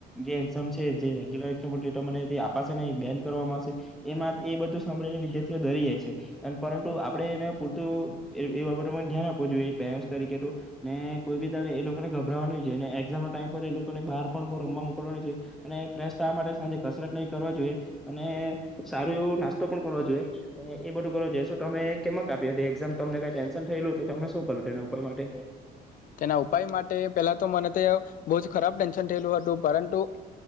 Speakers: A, in the centre; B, on the left.
A: જે એક્ઝામ છે જે રેગ્યુલર એમ અપાશે નહીં બેન કરવામાં આવશે એમાં એ બધું સાંભળીને વિદ્યાર્થીઓ ડરી જાય છે પરંતુ આપણે એના પૂરતું એ બાબતને ધ્યાન આપવું જોઈએ પેરેન્ટ્સ તરીકે તો ને કોઈ બી દળે એ લોકોને ગભરાવા ન જોઈએ ને એક્ઝામનો ટાઈમ પર એ લોકોને બહાર પણ બહુ રમવા મોકલવાની જોઈએ અને ફ્રેશ થવા માટે સાંજે કસરત નહીં કરવા જોઈએ અને સારું એવું નાસ્તો પણ કરવાો જોઈએ એ બધું કરવો જોઈએ શું તમે કેમાં આપી હતી એક્ઝામ તમને કઈ ટેન્શન થયેલું હતું તો તમે શું કર્યું એના ઉપાય માટે
B: તેના ઉપાય માટે પેલા તો મને તે બહુ જ ખરાબ ટેન્શન થયેલું હતું પરંતુ